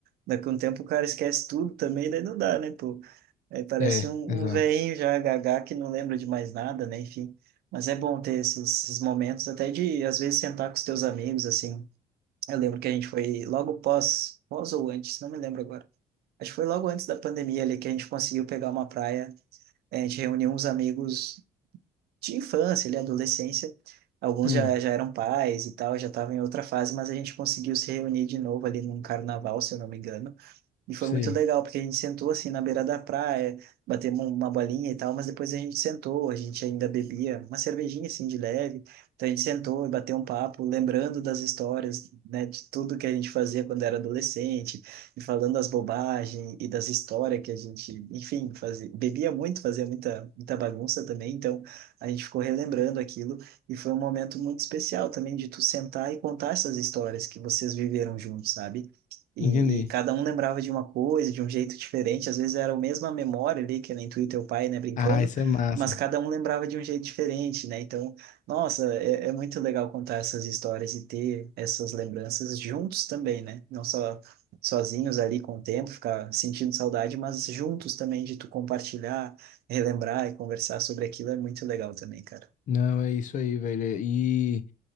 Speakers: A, on the right; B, on the left.
A: Daqui a um tempo o cara esquece tudo também, daí não dá, né, pô? Aí parece
B: É,
A: um,
B: exato.
A: um velhinho já gaga que não lembra de mais nada, né? Enfim. Mas é bom ter esses, esses momentos, até de, às vezes, sentar com os teus amigos, assim. Eu lembro que a gente foi logo pós, pós ou antes, não me lembro agora Acho que foi logo antes da pandemia ali que a gente conseguiu pegar uma praia. eh, A gente reuniu uns amigos de infância, ali, adolescência. Alguns
B: Hum,
A: já, já eram pais e tal, já estavam em outra fase, mas a gente conseguiu se reunir de novo ali num carnaval, se eu não me engano. E foi
B: sei.
A: muito legal, porque a gente sentou assim na beira da praia, batemos um, uma bolinha e tal, mas depois a gente sentou, a gente ainda bebia uma cervejinha assim de leve. Então a gente sentou e bateu um papo, lembrando das histórias, né, de tudo que a gente fazia quando era adolescente, e falando das bobagens e das histórias que a gente, enfim, fazia, bebia muito, fazia muita, muita bagunça também. Então a gente ficou relembrando aquilo e foi um momento muito especial também de tu sentar e contar essas histórias que vocês viveram juntos, sabe? E,
B: Entendi.
A: e cada um lembrava de uma coisa, de um jeito diferente. Às vezes era a mesma memória ali, que nem tu e teu pai, né, brincando,
B: Ah, isso é massa.
A: mas cada um lembrava de um jeito diferente, né? Então, nossa, é, é muito legal contar essas histórias e ter essas lembranças juntos também, né? Não só sozinhos ali com o tempo, ficar sentindo saudade, mas juntos também de tu compartilhar, relembrar e conversar sobre aquilo é muito legal também, cara.
B: Não, é isso aí, velho. E